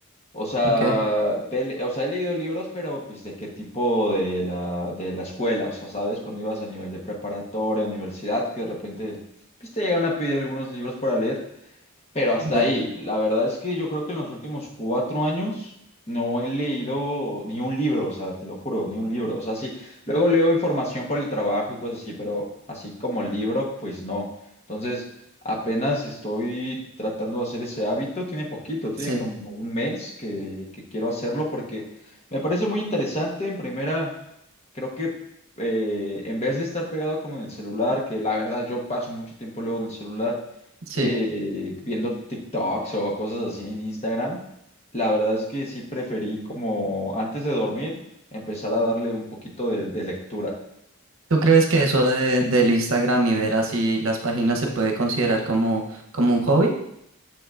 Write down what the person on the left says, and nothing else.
O sea,
pel- o sea, he leído libros, pero pues de qué tipo de la, de la escuela, o sea, sabes, cuando ibas a nivel de preparatoria, universidad, que de repente pues, te llegan a pedir algunos libros para leer. Pero hasta
ahí, la verdad es que yo creo que en los últimos cuatro años no he leído ni un libro, o sea, te lo juro, ni un libro. O sea, sí, luego leo información por el trabajo y cosas así, pero así como el libro, pues no. Entonces, apenas estoy tratando de hacer ese hábito, tiene poquito, tiene
como un mes que, que quiero hacerlo porque me parece muy interesante. En primera, creo que eh, en vez de estar pegado como en el celular, que la verdad yo paso mucho tiempo luego en el celular
eh, viendo TikToks o cosas así en Instagram, la verdad es que sí preferí como antes de dormir empezar a darle un poquito de, de lectura.